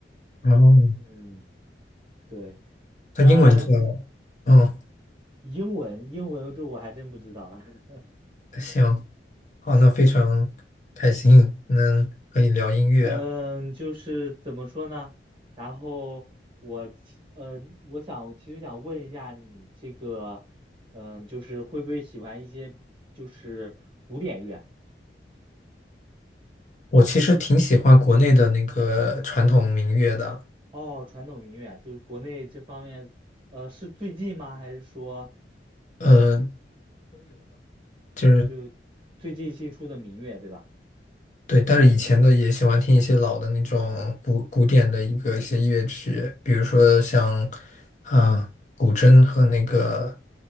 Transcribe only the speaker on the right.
嗯，对，
那
英文英文这我还真不知道。<laughs>
嗯，就是怎么说呢？然后我其呃，我想其实想问一下你这个，嗯，就是会不会喜欢一些就是古典乐？
哦，传统民乐，就是国内这方面，呃，是最近吗？还是说
就最近新出的民乐，对吧？